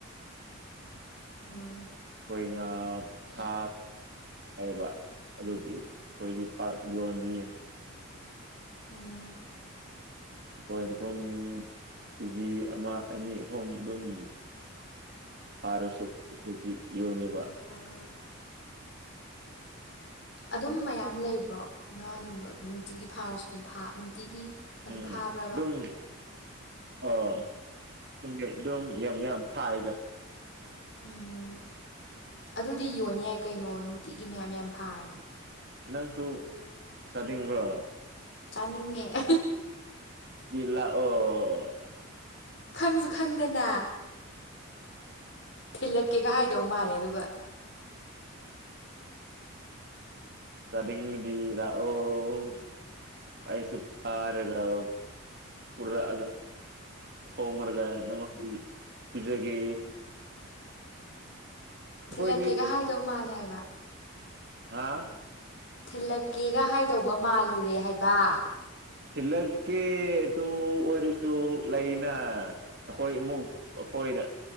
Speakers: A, on the left; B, on the right.
A: ꯑ
B: ꯑꯩꯈꯣꯏ ꯉꯥ ꯐꯥꯞ ꯍꯥꯏꯕ ꯑꯗꯨꯒꯤ ꯑꯩꯈꯣꯏꯗꯤ ꯄꯥꯛ ꯌꯣꯟꯂꯤꯌꯦ
A: ꯎꯝ
B: ꯑꯩꯈꯣꯏꯗꯣ ꯄꯨꯡ ꯏꯤ ꯖꯤ ꯑꯃ ꯑꯅꯤ ꯑꯍꯨꯝ ꯑꯗꯨꯝ ꯐꯥꯔꯁꯨ ꯑꯩꯈꯣꯏꯗꯤ ꯌꯣꯟꯅꯤꯕ
A: <unintelligible> ꯑꯗꯨꯝ ꯃꯌꯥꯝ ꯂꯩꯕ꯭ꯔꯣ ꯉꯥꯅꯨꯡꯗꯣ ꯑꯗꯨꯝ ꯅꯨꯡꯇꯤꯒꯤ ꯐꯥꯔꯁꯨ ꯑꯗꯨꯝ ꯐꯥ ꯅꯨꯡꯇꯤꯒꯤ ꯑꯗꯨꯝ
B: ꯎꯝ
A: ꯐꯥꯕ꯭ꯔꯕ
B: ꯑꯗꯨꯝ ꯑꯣ <unintelligible> ꯑꯗꯨꯝ ꯌꯥꯝ ꯌꯥꯝ ꯐꯥꯏꯗ
A: ꯎꯝ ꯑꯗꯨꯗꯤ ꯌꯣꯟ ꯌꯥꯏ ꯀꯩꯅꯣ ꯅꯨꯡꯇꯤꯒꯤ ꯃꯌꯥꯝ ꯃꯌꯥꯝ ꯐꯥꯔꯗꯤ
B: ꯅꯪꯁꯨ ꯆꯥꯅꯤꯡꯕ꯭ꯔꯣ
A: ꯆꯥꯅꯤꯡꯉꯦ <unintelligible>
B: <unintelligible> ꯂꯥꯛꯑꯣ
A: ꯈꯪꯖꯨ ꯈꯪ ꯗꯅ ꯊꯤꯜꯂꯛꯀꯦꯒ ꯍꯥꯏꯗꯧ ꯃꯥꯜꯂꯦ ꯑꯗꯨꯒ
B: ꯆꯥꯅꯤꯡꯉꯗꯤ ꯂꯥꯛꯑꯣ ꯑꯩꯁꯨ ꯐꯔꯣꯂꯥꯎ ꯄꯨꯔꯛꯑꯒ ꯊꯣꯡꯔꯒ ꯅꯪꯉꯣꯟ ꯄꯤꯖꯒꯦ ꯑꯩꯈꯣꯏꯗꯤ
A: ꯊꯤꯜꯂꯛꯀꯦꯒ ꯍꯥꯏꯗꯧ ꯃꯥꯜꯂꯦ ꯍꯥꯏꯕ
B: ꯍꯥꯥ
A: ꯊꯤꯜꯂꯛꯀꯦꯒ ꯍꯥꯏꯗꯧꯕ ꯃꯥꯜꯂꯨꯔꯦ ꯍꯥꯏꯕ
B: ꯊꯤꯜꯂꯛꯀꯦ ꯑꯗꯨ ꯑꯣꯏꯔꯁꯨ ꯂꯩꯅ ꯑꯩꯈꯣꯏ ꯑꯃꯨꯛ ꯑꯩꯈꯣꯏꯅ